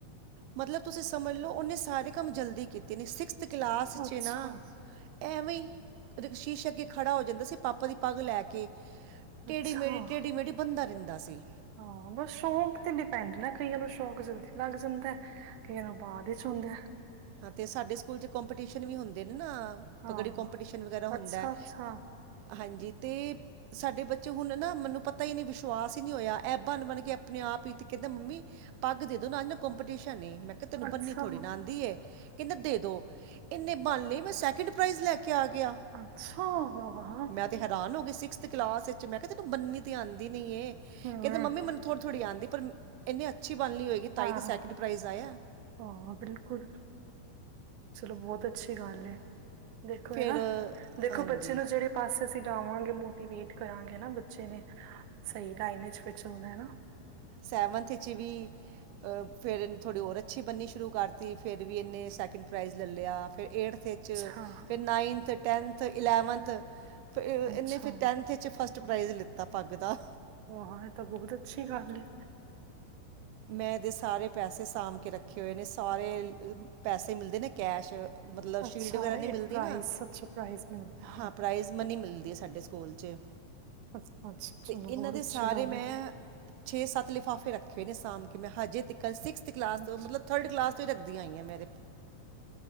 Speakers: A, on the right; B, on the right.
A: ਮਤਲਬ ਤੁਸੀਂ ਸਮਝ ਲਓ ਓਨੇ ਸਾਰੇ ਕੰਮ ਜਲਦੀ ਕੀਤੇ ਨੇ ਸਿਕਸਥ ਕਲਾਸ 'ਚ
B: ਅੱਛਾ,
A: ਨਾ ਐਂਵੇ ਈ ਸ਼ੀਸ਼ੇ ਅੱਗੇ ਖੜਾ ਹੋ ਜਾਂਦਾ ਸੀ ਪਾਪਾ ਦੀ ਪੱਗ ਲੈ ਕੇ ਟੇਡੀ
B: ਅੱਛਾ।
A: ਮੇਡੀ, ਟੇਡੀ-ਮੇਡੀ ਬੰਦਾ ਰਹਿੰਦਾ ਸੀ।
B: ਹਾਂ ਬਸ ਸ਼ੌਕ ਤੇ ਡਿਪੈਂਡ ਨਾ ਕਈਆਂ ਨੂੰ ਸ਼ੌਕ ਜਲਦੀ ਲੱਗ ਜਾਂਦਾ। ਕਈਆਂ ਨੂੰ ਬਾਦ ਚ ਹੁੰਦਾ।
A: ਹਾਂ ਤੇ ਸਾਡੇ ਸਕੂਲ ਚ ਕੰਪੀਟੀਸ਼ਨ ਵੀ ਹੁੰਦੇ ਨੇ ਨਾ
B: ਹਾਂ
A: ਪਗੜੀ ਕੋਂਪੀਟੀਸ਼ਨ ਵਗੈਰਾ ਹੁੰਦਾ
B: ਅੱਛਾ ਅੱਛਾ
A: ਹਾਂਜੀ ਤੇ ਸਾਡੇ ਬੱਚੇ ਹੁਣ ਨਾ ਮੈਨੂੰ ਪਤਾ ਈ ਨੀ ਵਿਸ਼ਵਾਸ ਈ ਨਈ ਹੋਇਆ ਐ ਬਣ, ਬਣ ਕੇ ਆਪਣੇ ਆਪ ਈ ਤੇ ਕਹਿੰਦਾ ਮੰਮੀ ਪੱਗ ਦੇ ਦੋ ਨਾ ਅਜ ਨਾ ਕਪੀਟੀਸ਼ਨ ਐ ਮੈਂ ਕਿਆ ਤੈਨੂੰ
B: ਅੱਛਾ
A: ਬੰਨੀ ਥੋੜ੍ਹੀ ਨਾ ਆਉਂਦੀ ਏ। ਕੈਨਦਾ ਦੇ ਦੋ ਇੰਨੇ ਬਣ ਲਈ ਮੈਂ ਸੈਕਿੰਡ ਪ੍ਰਾਈਜ਼ ਲੈ ਕੇ ਆ ਗਿਆ
B: ਅੱਛਾ ਹਾਂ
A: ਮੈਂ ਤੇ ਹੈਰਾਨ ਹੋ ਗਏ ਸਿਕਸਥ ਕਲਾਸ ਚ ਮੈਂ ਕਿਆ ਤੈਨੂੰ ਬੰਨੀ ਤੇ ਆਦੀ ਨੀ ਐ
B: ਹਮ
A: ਕੈਂਦਾ ਮੰਮੀ ਮੈਨੂੰ ਥੋੜ੍ਹੀ ਥੋੜ੍ਹੀ ਆਦੀ ਪਰ ਇੰਨੇ ਅੱਛੀ ਬਣ ਲਈ ਹੋਏਗੀ
B: ਹਾਂ
A: ਤਾਈ ਤਾਂ ਸੈਕਿੰਡ ਪ੍ਰਾਈਜ਼ ਆਇਆ।
B: ਹਾਂ ਬਿਲਕੁਲ। ਚਲੋ ਬਹੁਤ ਅੱਛੀ ਗੱਲ ਐ ਦੇਖੋ
A: ਫਿਰ
B: ਹਨਾ ਦੇਖੋ
A: ਹਾਂਜੀ
B: ਬੱਚੇ ਨੂੰ ਜਿਹੜੇ- ਪਾਸੇ ਅਸੀਂ ਜਾਵਾਂਗੇ ਮੋਟੀਵੇਟ ਕਰਾਂਗੇ ਹਨਾ ਬੱਚੇ ਨੇ ਸਈ ਲਾਈਨ ਵਿਚ ਫਿਰ ਚੱਲਨਾ ਐ ਨਾ।
A: ਸੈਵਨਥ 'ਚ ਵੀ ਅ ਫ਼ੇਰ ਇਨੇ ਥੋੜ੍ਹੀ ਹੋਰ ਅੱਛੀ ਬਣ੍ਹਨੀ ਸ਼ੁਰੂ ਕਰਤੀ ਫ਼ੇਰ ਵੀ ਇਨੇ ਸੈਕਿੰਡ ਪ੍ਰਾਈਜ਼ ਲੈ ਲਿਆ ਫਿਰ ਏਠਥ ਵਿੱਚ
B: ਅੱਛਾ
A: ਚ ਫੇਰ ਨਾਈਨਥ, ਟੈਨਥ, ਇਲੈਵਨਥ ਫੇਰ
B: ਅੱਛਾ
A: ਐਨੇ ਫੇਰ ਟੈਨਥ ਚ ਫਸ ਫਸਟ ਪ੍ਰਾਈਜ਼ ਲਿੱਤਾ ਪੱਗ ਦਾ।
B: ਹਾਂ ਇਹ ਤਾਂ ਬਹੁਤ ਅੱਛੀ ਗੱਲ ਏ
A: ਮੈਂ ਐਦੇ ਸਾਰੇ ਪੈਸੇ ਸਾਂਭ ਕੇ ਰੱਖੇ ਹੋਏ ਨੇ ਸਾਰੇ ਪੈਸੇ ਮਿਲਦੇ ਨੇ ਕੈਸ਼ ਮਤਲਬ ਸ਼ੀਲਡ
B: ਅੱਛਾ
A: ਵਗੈਰਾ ਨੀ ਮਿਲਦੀ
B: ਇੱਕ ਪ੍ਰਾਈਜ਼
A: ਨਾ
B: ਅੱਛਾ ਪ੍ਰਾਈਜ਼ ਮਿਲਦਾ ਹੈ।
A: ਹਾਂ ਪ੍ਰਾਈਜ਼ ਮਨੀ ਮਿਲਦੀ ਐ ਸਾਡੇ ਸਕੂਲ ਚ
B: ਅੱਛਾ, ਅੱਛਾ ਚਲੋ
A: ਤੇ ਇਨਾਂ
B: ਬਹੁਤ
A: ਦੇ
B: ਅੱਛੀ
A: ਸਾਰੇ
B: ਗੱਲ
A: ਮੈਂ
B: ਏ,
A: ਛੇ ਸੱਤ ਲਿਫਾਫੇ ਰੱਖੇ ਨੇ ਸਾਂਭ ਕੇ ਮੈਂ ਹਜੇ ਤਕਨ ਸਿਕਸਥ ਕਲਾਸ
B: ਅੱਛ
A: ਮਤਲਬ ਥਰਡ ਕਲਾਸ ਤੋ ਈ ਰੱਖਦੀ ਆਈ ਆ ਮੈਂ ਏਦੇ